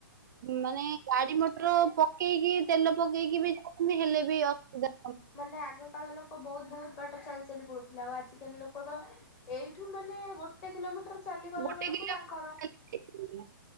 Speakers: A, on the right; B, on the left.
A: ମାନେ ଗାଡି ମଟର ପକେଇକି ତେଲ ପକେଇକି ବି ଯାଉଛନ୍ତି ହେଲେ ବି ଅସୁବିଧା
B: ମାନେ ଆଗ କାଳ ଲୋକ ବହୁତ ବହୁତ ବାଟ ଚାଲି ଚାଲି ପଡୁଥିଲେ ଆଉ ଆଜିକାଲି ଲୋକ ତ ଏଇଠୁ ମାନେ ଗୋଟେ କିଲୋମିଟର ଚାଲିଗଲା
A: ଗୋଟେ
B: ବେଳକୁ
A: କିଲୋ
B: ତାଙ୍କର
A: ଖାଲି ଖାଇପାରିବେ।